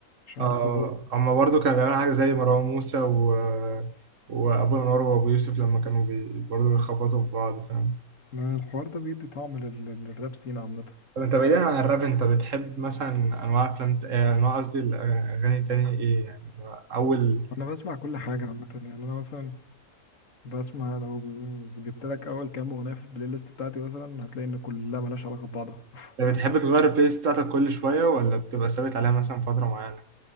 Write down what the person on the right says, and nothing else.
اه
هما برضه كانوا بيعملوا حاجة زي مروان موسى و... وأبو الأنوار وأبو يوسف لما كانوا بي... برضه بيخبطوا في بعض فاهم
طب أنت بعيدا عن الراب أنت بتحب مثلا أنواع أفلام ت- آه، أنواع قصدي الأغاني تاني إيه يعني اللي هو أول
أنت بتحب تغير البلاي ليست بتاعتك كل شوية ولا بتبقى ثابت عليها مثلا فترة معينة؟